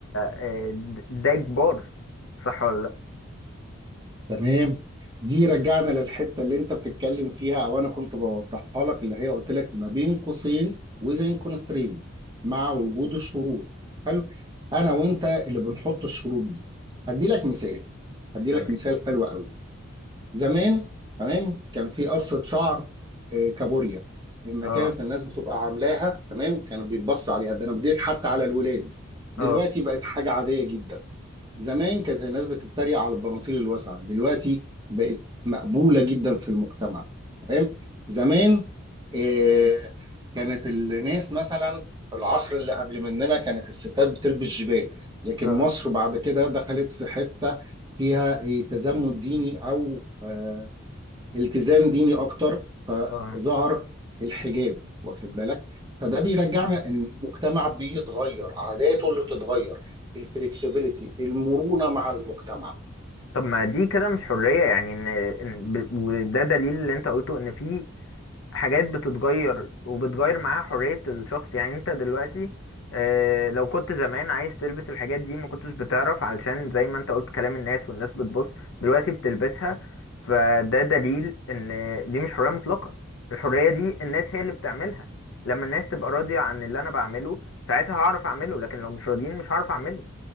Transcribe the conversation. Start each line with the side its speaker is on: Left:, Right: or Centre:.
Left: آه، د- ده اجبار صح ولا لا
Right: تمام دي رجعنا للحته اللي انت بتتكلم فيها او انا كنت بوضحها لك اللي هي قلت لك ما بين قوسين وزن كونسترين مع وجود الشروط حلو انا وانت اللي بنحط الشروط دي هدي لك مثال هدي
Left: تمام
Right: لك مثال حلو قوي زمان تمام كان في قصة شعر آه، كابوريا لما
Left: اه
Right: كانت الناس بتبقى عاملاها تمام كانوا بيتبص عليها ده انا بديلك حتى على الولاد دلوقتي
Left: اه
Right: بقت حاجة عادية جدا زمان كانت الناس بتتريق على البناطيل الواسعة دلوقتي بقت مقبولة جدا في المجتمع تمام زمان آه كانت الناس مثلا في العصر اللي قبل مننا كانت الستات بتلبس جبال لكن
Left: اه
Right: مصر بعد كده دخلت في حتة فيها آه، تزمت ديني أو آه، التزام ديني اكتر فظهر
Left: اه
Right: الحجاب واخد بالك فده بيرجعنا ان المجتمع بيتغير عاداته اللي بتتغير الفلكسبيليتي المرونة مع المجتمع
Left: طب ما دي كده مش حرية يعني ان إن- ب- وده دليل اللي انت قلته ان في حاجات بتتغير وبتغير معاها حرية الشخص يعني انت دلوقتي آه، لو كنت زمان عايز تلبس الحاجات دي ما كنتش بتعرف علشان زي ما انت قلت كلام الناس والناس بتبص دلوقتي بتلبسها فده دليل ان دي مش حرية مطلقة الحرية دي الناس هي اللي بتعملها لما الناس تبقى راضية عن اللي انا بعمله ساعتها هعرف اعمله لكن لو مش راضيين مش هعرف اعمله